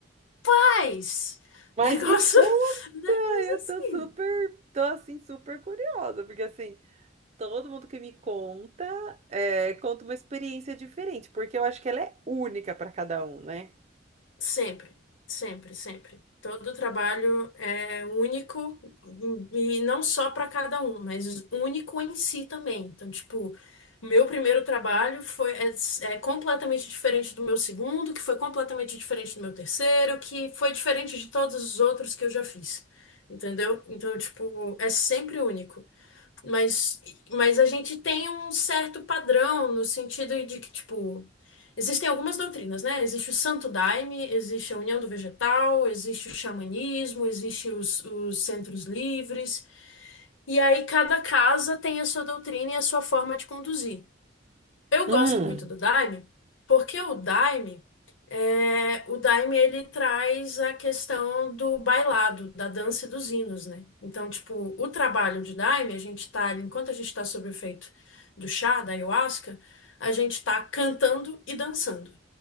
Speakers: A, on the left (about 85°); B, on the right (about 35°).
A: rapaz,
B: Mas
A: negócio,
B: me conta,
A: <laughs> né?
B: eu
A: Assim,
B: tô super, tô assim, super curiosa, porque assim, todo mundo que me conta, é, conta uma experiência diferente, porque eu acho que ela é única para cada um, né?
A: sempre, sempre, sempre. Todo trabalho é único e não só para cada um, mas único em si também. Então, tipo, o meu primeiro trabalho foi é, é completamente diferente do meu segundo, que foi completamente diferente do meu terceiro, que foi diferente de todos os outros que eu já fiz. Entendeu? Então, tipo, é sempre único. Mas, mas a gente tem um certo padrão no sentido de que, tipo, existem algumas doutrinas, né? Existe o Santo Daime, existe a União do Vegetal, existe o xamanismo, existe os, os centros livres. E aí cada casa tem a sua doutrina e a sua forma de conduzir. Eu
B: Hum.
A: gosto muito do Daime, porque o Daime, é, o Daime ele traz a questão do bailado, da dança e dos hinos, né? Então, tipo, o trabalho de Daime, a gente tá, ali, enquanto a gente tá sob o efeito do chá, da ayahuasca, a gente tá cantando e dançando.